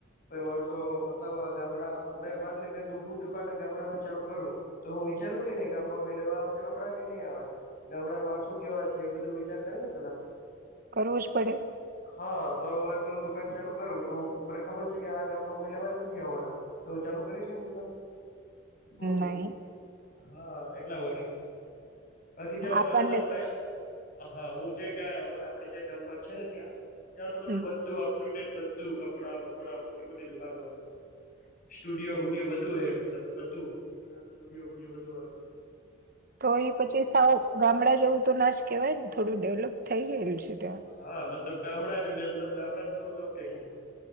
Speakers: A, on the left; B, on the right.
A: કોઈ માણસો તો મતલબ ગામડા મેં માન લે મે દૂધ ની દુકાન ગામડામાં ચાલુ કરું તો તો હું વિચારું કે નય ગામમાં કોઈ લેવા આવશે કપડા કે નય આવે. ગામ ના માણસો કેવા છે એ બધું વિચાર કરે ને પેલા
B: કરવું જ પડે.
A: હા તો વાન દુકાન ચાલુ કરું તો મને ખબર છે કે આ ગામમાં કોઈ લેવા જ નથી આવવાના. તો ચાલુ કરીશું દુકાન. હમમ હમમ
B: નહી
A: હા એટલા માટે બાકી જે અમે
B: આપણને
A: <unintelligible> અમે હા હું જે ગયા આપડે જે ગામમાં છે ને ત્યાં ત્યાં તો બધું
B: હમ.
A: બધું આપ અપ ટુ ડેટ બધું કપડાં બપડા મોટી મોટી દુકાનો એમ તો સ્ટુડિયો વુડિયો બધુ હોય મતલબ બધું વિડીયો સુડયો વુડયો બધું આવી ગયુ.
B: તો એ પછી સાવ ગામડા જેવું તો ના જ કેવાય ને થોડું ડેવલપ થઈ ગયેલું છે. ત્યાં
A: હા મતલબ ગામડા ને મતલબ ગામડા થોડુંક <unintelligible> એમ